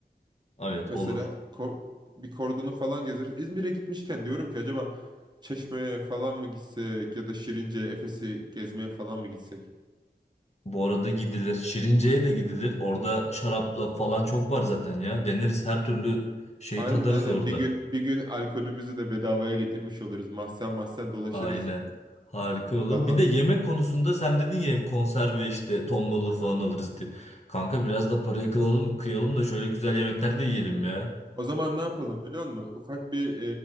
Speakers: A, on the left; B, on the right.
A: Evet
B: Mesela
A: olur.
B: ko- bir kordonu falan gezeriz. İzmir'e gitmişken diyorum ki acaba Çeşme'ye falan mı gitsek ya da Şirince, Efes'i gezmeye falan mı gitsek?
A: Bu arada gidilir. Şirince'ye de gidilir. Orada şarapla falan çok var zaten ya. Deneriz her türlü şeyi
B: Aynen
A: tadarız
B: aynen.
A: orada.
B: Bir gün bir gün alkolümüzü de bedavaya getirmiş oluruz. Mahzen mahzen dolaşırız.
A: Aynen. Harika olur.
B: Valla.
A: Bir de yemek konusunda sen dedin ya hep konserve işte ton balığı
B: Aha.
A: falan alırız diye. Kanka biraz da parayı kılalım, kıyalım da şöyle güzel yemekler de yiyelim ya.
B: O zaman ne yapalım biliyor musun? Ufak bir